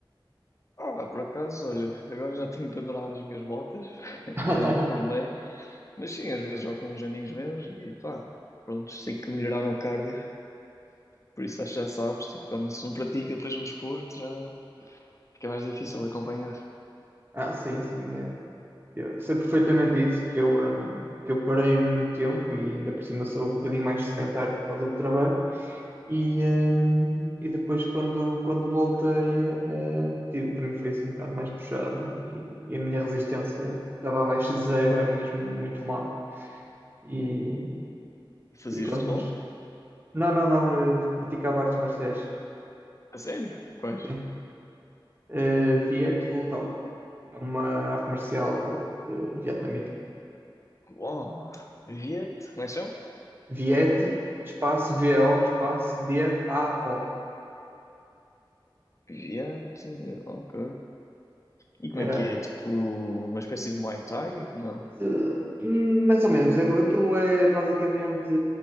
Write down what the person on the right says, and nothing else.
<laughs>
Ah, sim, sim. eh, Eu sei perfeitamente isso, que eu, ehm, que eu parei muito tempo e ainda por cima sou um bocadinho mais sedentário por causa do trabalho. E, ehm, e depois quando, quando voltei, eh, tive, também foi assim um bocado mais puxado e, e a minha resistência estava abaixo de zero, era mesmo muito má. E,
e pronto,
mas Não, não, não, eh, praticava artes marciais.
Sim. Eh, Viet Vu Dao. É uma arte marcial eh, vietnamita.
Viet, espaço V-O, espaço D-A-O.
Era,
Eh, mais ou menos, aquilo é basicamente.